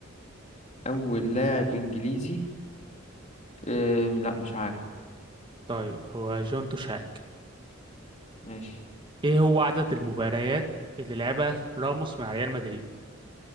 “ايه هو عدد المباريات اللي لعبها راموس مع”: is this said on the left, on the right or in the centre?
Right